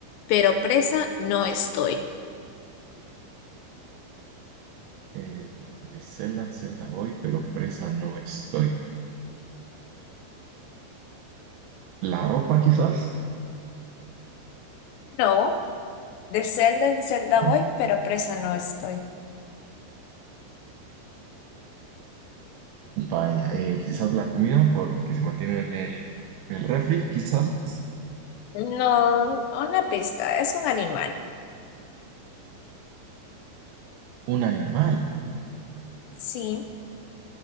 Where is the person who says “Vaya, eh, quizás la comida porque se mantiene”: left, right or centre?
Right